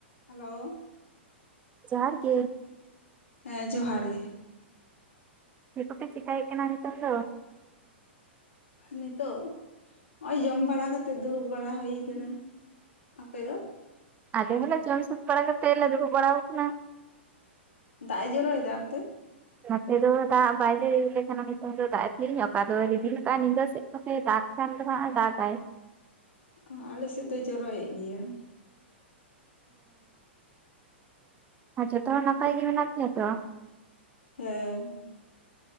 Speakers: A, on the left; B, on the right.
A: Hello
B: ᱡᱚᱦᱟᱨ ᱜᱤ
A: ᱦᱮᱸ ᱡᱚᱦᱟᱨ ᱜᱮ
B: ᱪᱮᱫ ᱠᱚᱯᱮ ᱪᱮᱠᱟᱭᱮᱫ ᱠᱟᱱᱟ ᱱᱤᱛᱚᱜ ᱫᱚ?
A: ᱱᱤᱛᱳᱜ ᱱᱚᱜᱼᱚᱭ ᱡᱚᱢ ᱵᱟᱲᱟ ᱠᱟᱛᱮ ᱫᱩᱲᱩᱵ ᱵᱟᱲᱟ ᱦᱩᱭ ᱟᱠᱟᱱᱟ᱾ ᱟᱯᱮ ᱫᱚ?
B: ᱟᱞᱮ ᱦᱚᱸᱞᱮ ᱡᱚᱢ ᱥᱟᱹᱛ ᱵᱟᱲᱟ ᱠᱟᱛᱮᱫ ᱞᱮ ᱫᱩᱲᱩᱵ ᱵᱟᱲᱟ ᱣᱟᱠᱟᱱᱟ।
A: ᱫᱟᱜ ᱮ ᱡᱚᱨᱚᱭᱮ ᱫᱟ ᱚᱱᱛᱮ?
B: ᱱᱚᱛᱮ ᱫᱚ ᱫᱟᱜ ᱵᱟᱭ ᱡᱟᱹᱲᱤ ᱣᱟᱞᱮ ᱠᱟᱱᱟ ᱱᱤᱛᱚᱝ ᱫᱚ, ᱫᱟᱜ ᱮ ᱛᱷᱤᱨ ᱧᱚᱜ ᱟᱠᱟᱫ ᱫᱚ ᱨᱮᱢᱤᱞᱤ ᱠᱟᱜᱼᱟᱭ ᱧᱤᱫᱟᱹ ᱥᱮᱫ ᱠᱚ ᱛᱮ ᱫᱟᱜ ᱮᱠᱷᱟᱱ ᱫᱚ ᱦᱟᱸᱜ ᱮ ᱫᱟᱜᱟᱭ
A: ᱚ ᱟᱞᱮ ᱥᱮᱫ ᱫᱚᱭ ᱡᱚᱨᱚᱭᱮᱫ ᱜᱮᱭᱟ।
B: ᱟᱨ ᱡᱷᱚᱛᱚ ᱦᱚᱲ ᱱᱟᱯᱟᱭ ᱜᱮ ᱢᱮᱱᱟᱜ ᱯᱮᱭᱟ ᱛᱚ?
A: ᱦᱮᱸ